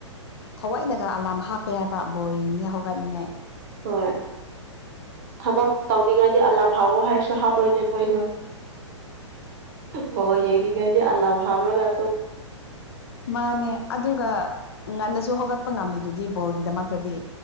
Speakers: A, on the left (about 55°); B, on the right (about 35°).
A: ꯊꯋꯥꯏꯅꯒ ꯑꯂꯥꯔꯝ ꯍꯥꯞꯄꯦ ꯍꯥꯏꯕ ꯕꯣꯏꯅꯤꯉꯥꯏ ꯍꯧꯒꯠꯅꯤꯡꯉꯥꯏ
B: ꯍꯣ ꯊꯕꯛ ꯇꯧꯅꯤꯡꯉꯥꯏꯗꯤ ꯑꯜꯂꯥꯝ ꯊꯝꯃꫭ ꯍꯥꯏ ꯍꯥꯥꯞꯔꯣꯏꯅꯦ ꯃꯣꯏꯗꯤ ꯕꫭꯜ ꯌꯦꯡꯅꯤꯡꯉꯥꯏꯗꯤ ꯑꯜꯂꯥꯝ ꯍꯥꯞꯔꯒ <inaudible>
A: ꯃꯥꯅꯦ ꯑꯗꯨꯒ ꯉꯟꯅꯁꯨ ꯍꯧꯒꯠꯄ ꯉꯝꯃꯤꯗꯨꯗꯤ ꯕꯣꯜꯒꯤꯗꯃꯛꯇꯗꯤ